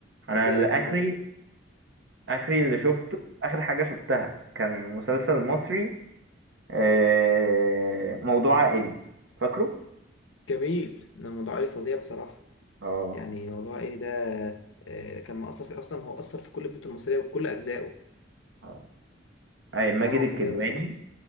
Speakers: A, on the right (about 65°); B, on the left (about 80°).
A: انا
B: طب
A: اللي
B: آه، طب
A: اخري
B: ما
A: اخري
B: امم
A: اللي شفته اخر حاجه شفتها كان مسلسل مصري آه موضوع عائلي فاكره
B: جميل ده موضوع عائلي فظيع بصراحه
A: اه
B: يعني موضوع عائلي ده آه، كان مأثر في اصلا هو أثر في كل البيوت المصريه وكل اجزائه
A: آه. اي ماجد
B: ده هو
A: الكدواني
B: فظيع بصراحه